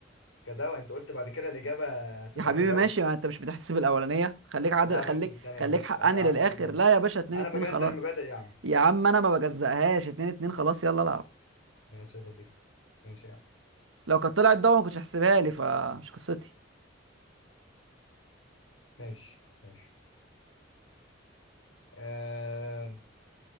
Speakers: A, on the left; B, on the right.
A: كدواء انت قلت بعد كده الاجابه هتبقى
B: يا حبيبي
A: كدواء
B: ماشي ما انت مش بتحتسب الاولانيه خليك عادل
A: لا بحسب
B: خليك
A: الثانيه
B: خليك
A: معلش
B: حقاني
A: انا عندي
B: للاخر لا يا باشا 2
A: انا
B: 2
A: بجزء
B: خلاص
A: المبادئ يا عم
B: يا عم انا ما بجزقهاش 2 2 خلاص يلا العب
A: ماشي يا صديقي ماشي يا عم
B: لو كانت طلعت ضوء ما كنتش هحسبها لي فمش قصتي
A: ماشي ماشي آه...